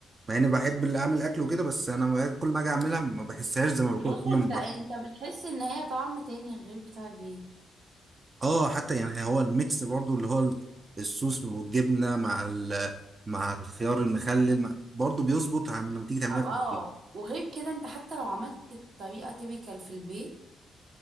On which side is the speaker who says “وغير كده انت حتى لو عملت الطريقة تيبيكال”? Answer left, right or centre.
Right